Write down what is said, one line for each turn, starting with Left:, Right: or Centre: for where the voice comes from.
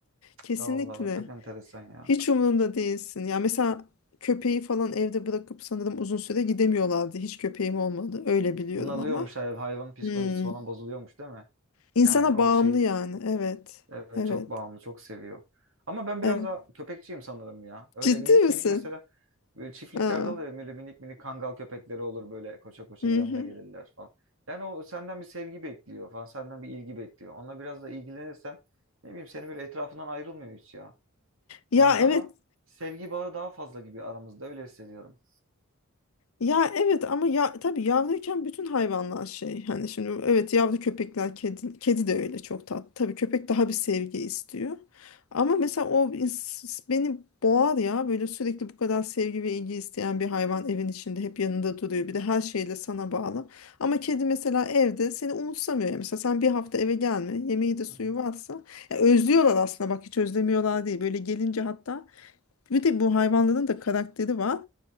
Left: kesinlikle
Right: Allah Allah çok enteresan ya.
Left: hiç umurunda değilsin. Ya mesela köpeği falan evde bırakıp sanırım uzun süre gidemiyorlardı hiç köpeğim olmadı öyle biliyorum
Right: Bunalıyormuş
Left: ama.
Right: hayvan psikolojisi
Left: Hmm.
Right: falan bozuluyormuş değil mi?
Left: İnsana
Right: Yani o
Left: bağımlı
Right: şey
Left: yani. Evet.
Right: Evet
Left: Evet.
Right: çok bağımlı, çok seviyor. Ama ben biraz
Left: Evet.
Right: daha köpekçiyim sanırım ya. Öyle
Left: Ciddi
Right: minik
Left: misin?
Right: minik mesela böyle çiftliklerde
Left: Aa.
Right: oluyor ya, böyle minik minik kangal köpekleri olur böyle koşa koşa
Left: Hı
Right: yanına
Left: hı.
Right: gelirler falan. Yani o senden bir sevgi bekliyor falan, senden bir ilgi bekliyor. Ona biraz da ilgilenirsen ne bileyim seni böyle etrafından ayrılmıyor hiç ya.
Left: Ya
Right: Yani daha
Left: evet
Right: sevgi bağı daha fazla gibi aramızda öyle hissediyorum.
Left: Ya evet ama ya tabii yavruyken bütün hayvanlar şey hani şimdi evet yavru köpekler kedi kedi de öyle çok tatlı. Tabii köpek daha bir sevgi istiyor. Ama mesela o ins- beni boğar ya böyle sürekli bu kadar sevgi ve ilgi isteyen bir hayvan evin içinde hep yanında duruyor. Bir de her şeyle sana bağlı. Ama kedi mesela evde seni umursamıyor ya. Mesela sen bir hafta eve gelme. Yemeği de suyu
Right: Hı hı.
Left: varsa ya özlüyorlar aslında bak hiç özlemiyorlar değil. Böyle gelince hatta bir de bu hayvanların da karakteri var